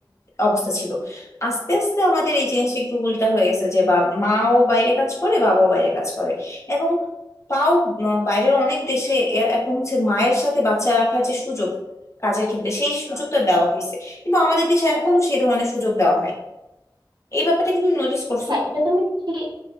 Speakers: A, on the left (about 35°); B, on the right (about 65°).
A: অবস্থা ছিল আস্তে আস্তে আমাদের এই জিনিসটা একটু উল্টা হয়ে গেছে যে বা মাও বাইরে কাজ করে বাবাও বাইরে কাজ করে এবং তাও মা- বাইরের অনেক দেশে এ- এখন হচ্ছে মায়ের সাথে বাচ্চা রাখার যে সুযোগ কাজের ক্ষেত্রে সেই সুযোগটা দেওয়া হয়েছে কিন্তু আমাদের দেশে এখনো সেই ধরনের সুযোগ দেওয়া হয় এই ব্যাপারটা কি তুমি নোটিস করছো
B: হ্যাঁ এটা তুমি ঠিক